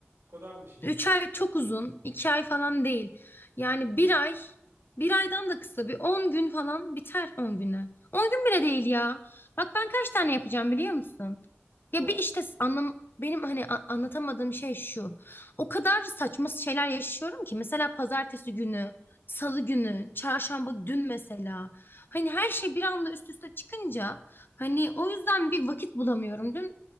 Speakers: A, on the right; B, on the left.
A: O kadar mı şeyiz?
B: Üç ay çok uzun, iki ay falan değil. Yani bir ay, bir aydan da kısa bir 10 gün falan biter 10 güne. 10 gün bile değil ya. Bak ben kaç tane yapacağım biliyor musun? Ya
A: Ha,
B: bir işte anlam benim hani a- anlatamadığım şey şu. O kadar saçma şeyler yaşıyorum ki mesela pazartesi günü, salı günü, çarşamba dün mesela. Hani her şey bir anda üst üste çıkınca hani o yüzden bir vakit bulamıyorum. Dün